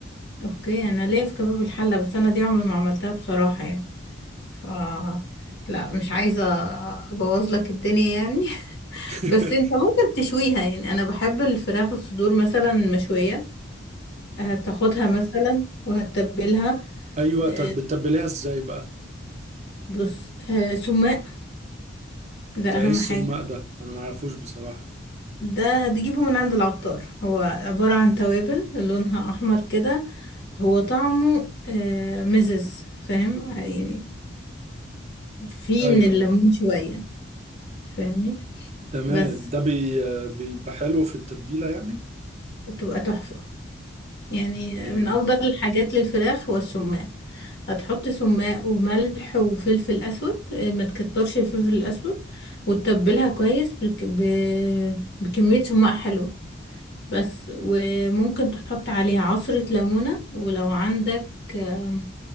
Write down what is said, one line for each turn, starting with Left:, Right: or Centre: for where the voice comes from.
Left: اوكي انا ليا في كباب الحلة بس انا دي عمري ما عملتها بصراحة يعني ف لا مش عايزة ابوظ لك الدنيا يعني
Right: <laughs>
Left: <laughs> بس انت ممكن تشويها يعني انا بحب الفراخ الصدور مثلا مشوية هتاخدها مثلا وهتتبلها
Right: ايوه
Left: آه،
Right: طب بتتبليها ازاي بقى
Left: بص آه، سماق ده
Right: ده
Left: اهم
Right: ايه السماق
Left: حاجة
Right: ده انا ما اعرفوش بصراحة
Left: ده هتجيبه من عند العطار هو عبارة عن توابل لونها احمر كده هو طعمه آه، مزز فاهم يعني فيه
Right: ايوه
Left: من الليمون
Right: ايوه
Left: شوية فاهمني
Right: تمام
Left: بس
Right: ده بي آه، بيبقى حلو في التتبيلة يعني
Left: بتبقى تحفة يعني
Right: على
Left: من افضل الحاجات للفراخ هو السماق هتحط سماق وملح وفلفل اسود آه، ما تكترش الفلفل الاسود وتتبلها كويس بك... ب... بكمية سماق حلوة بس وممكن تحط عليها عصرة ليمونة ولو عندك آه،